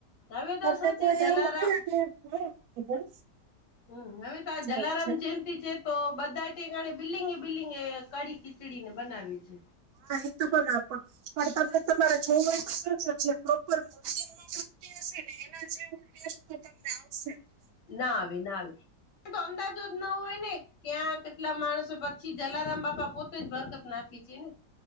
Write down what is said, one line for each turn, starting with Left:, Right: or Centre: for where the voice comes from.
Left: હવે
Right: તને
Left: તો શું
Right: કોઈ
Left: છે જલારામ
Right: એવું ક કે. <unintelligible>
Left: હમ હવે તો
Right: જાય
Left: જલરમ
Right: છે.
Left: ચિંતતા. <unintelligible> તો બધાણે બિલ્ડિંગ બિલ્ડિંગ એ કડી ખીચડીને બનાવે છે.
Right: ન તોું બગ આપ. પણ તમે તમારે જોું છો જે પ્રોપર મંદિરમાં ગમતી હશે ને એના જેવું. કેસ્ટ તો તમને આવશે જ નહી.
Left: ના આવે ના આવે તો અંદાજ જ ના હોય ને ક્યાંક. કેટલા માણસો પછી જલારામ બાપા પોતે જ ભરકત નાખે છે ને.